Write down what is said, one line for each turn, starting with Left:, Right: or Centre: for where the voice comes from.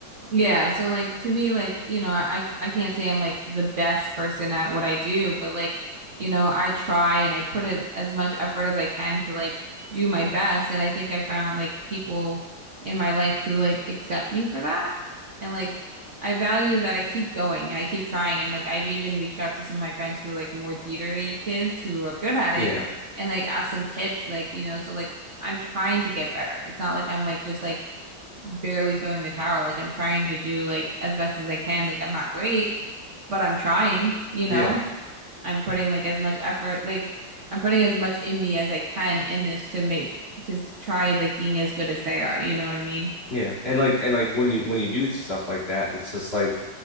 Right: yeah, so like to me, like, you know, I I can't say I'm like the best person at what I do, but like, you know, I try and I put it as much effort as I can to like do my best. And I think I found like people in my life who like accept me for that. And like I value that I keep going and I keep trying. And like I've even reached out to some of my friends who are like more theatery kids who are good at
Left: Yeah.
Right: it and like asked them tips, like, you know, so like I'm trying to get better. It's not like I'm like just like barely throwing the towel. Like I'm trying to do like as best as I can. Like I'm not great, but I'm trying, you know.
Left: Yeah.
Right: I'm putting like as much effort, like I'm putting as much in me as I can in this to make to try like being as good as they are. You know what I mean?
Left: Yeah, and like and like when you when you do stuff like that, it's just like,